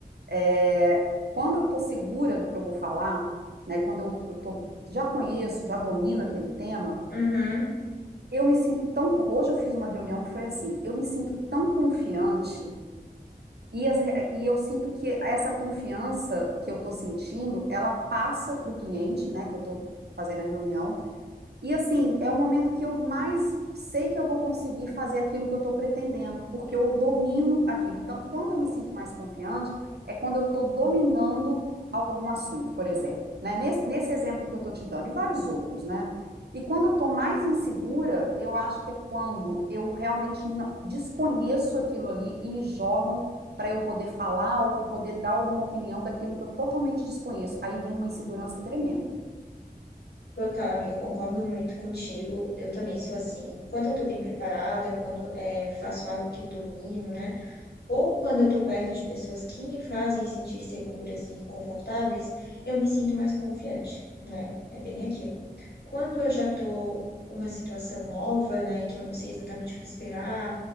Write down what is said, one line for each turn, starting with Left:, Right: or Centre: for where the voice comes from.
Right: é, quando eu tô segura do que eu vou falar, né, quando eu, eu tô, já conheço, já domino aquele tema,
Left: Uhum.
Right: eu me sinto tão, con- hoje eu fiz uma reunião que foi assim, eu me sinto tão confiante e, as re- e eu sinto que essa confiança que eu estou sentindo, ela passa para o cliente, né, que eu estou fazendo a reunião, e assim, é o momento que eu mais sei que eu vou conseguir fazer aquilo que eu estou pretendendo, porque eu domino aquilo. Então, quando eu me sinto mais confiante, é quando eu estou dominando algum assunto, por exemplo, né? Nesse, nesse exemplo que eu estou te dando, e vários outros, né? E quando eu estou mais insegura, eu acho que é quando eu realmente não- desconheço aquilo ali e me jogam para eu poder falar ou para eu poder dar alguma opinião daquilo que eu totalmente desconheço. Aí vem uma insegurança tremenda.
Left: Total, amiga, eu concordo muito contigo. Eu também sou assim. Quando eu tô bem preparada, quando é, faço algo que eu domino, né? Ou quando eu estou perto de pessoas que me fazem sentir seguras e confortáveis, eu me sinto mais confiante, né? É bem aquilo. Quando eu já estou uma situação nova, né, que eu não sei exatamente o que esperar,